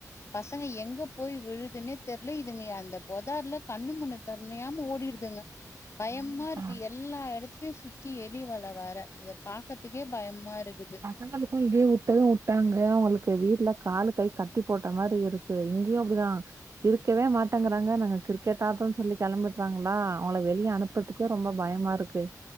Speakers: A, on the left; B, on the right.
A: பசங்க எங்க போய் விழுதுன்னே தெரியல இதுங்க அந்த பொதார்ல கண்ணு முண்ணு <unintelligible> ஓடிடுதுங்க பயமா
B: ஆமாப்பா
A: இருக்கு எல்லா எடத்துலயு சுத்தி எலி வல வேற பாக்கறதுக்கே பயமா இருக்குது
B: எங்களுக்கும் லீவு விட்டதும் விட்டாங்க அவங்களுக்கு வீட்ல கால கை கட்டி போட்ட மாதிரி இருக்கு இங்கேயும் அப்டிதான் இருக்கவே மாட்டேங்கறாங்க நாங்க கிரிக்கெட் ஆட்ரோன்னு சொல்லி கெளம்பிட்ராங்களா அவங்கள வெளிய அனு பத்துக்கே ரொம்ப பயமா இருக்கு